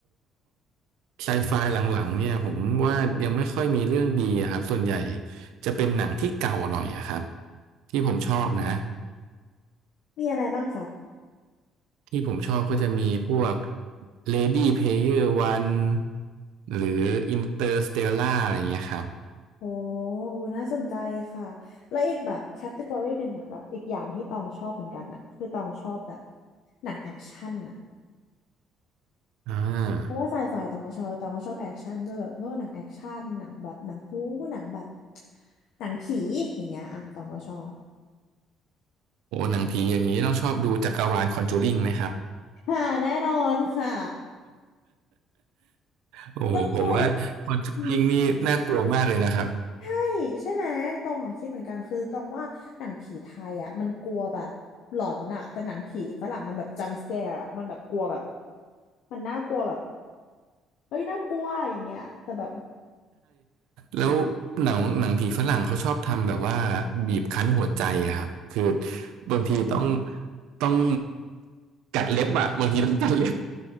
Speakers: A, on the right; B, on the left.
A: ไซไฟหลังๆเนี่ยผมว่ายังไม่ค่อยมีเรื่องดีอะครับส่วนใหญ่จะเป็นหนังที่เก่าหน่อยอะครับที่ผมชอบนะ
B: มีอะไรบ้างคะ
A: ที่ผมชอบก็จะมีพวก Lady Player One หรือ Interstellar อะไรเงี้ยครับ
B: โอ้โอ้น่าสนใจค่ะแล้วอีกแบบแคตตากรีหนึ่งอ่ะแบบอีกอย่างที่ตองชอบเหมือนกันอ่ะคือตองชอบแบบหนังแอคชั่นอ่ะ
A: อ่า
B: เพราะว่าไซไฟตองก็ชอบตองก็ชอบแอคชั่นด้วยแบบพวกหนังแอคชั่นหนังแบบหนังบู๊หนังแบบหนังผีอย่างเงี้ยอ่ะตองก็ชอบ
A: โอ้หนังผีอย่างนี้ต้องชอบดูจักรวาล Conjuring ไหมครับ
B: ค่ะแน่นอนค่ะ
A: โอ้โหผมว่าคอนชูริงนี่น่ากลัวมากเลยนะครับ
B: ต้องดูอืมใช่ใช่ไหมตองอะคิดเหมือนกันคือตองว่าหนังผีไทยอ่ะมันกลัวแบบหลอนน่ะแต่หนังผีฝรั่งมันแบบจัมป์สแกร์มันแบบกลัวแบบมันน่ากลัวแบบเฮ้ยน่ากลัวอย่างเงี้ยแต่แบบ
A: แล้วหนังหนังผีฝรั่งเขาชอบทำแบบว่าบีบคั้นหัวใจอะครับคือบางทีต้องต้องกัดเล็บอะบางทีต้องกัดเล็บ